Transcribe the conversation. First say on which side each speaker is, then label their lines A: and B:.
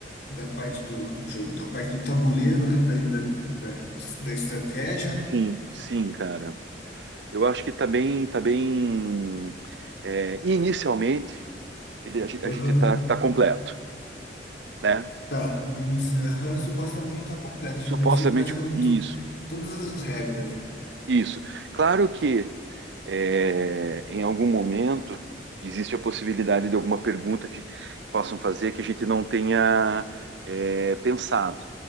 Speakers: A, on the left (about 65°); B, on the right (about 75°).
A: da parte do, de- da parte do tabuleiro, né? Da, da, da, da estratégia, né?
B: Sim, sim, cara. Eu acho que tá bem, tá bem. é, inicialmente, ele, a gente,
A: Aham.
B: a gente tá, tá completo, né?
A: Tá. Inici- Aham, supostamente tá completa. A gente
B: Supostamente
A: pensou praticamente
B: isso.
A: to- todas as regras, né?
B: Isso. Claro que é, em algum momento existe a possibilidade de alguma pergunta que possam fazer que a gente não tenha é, pensado.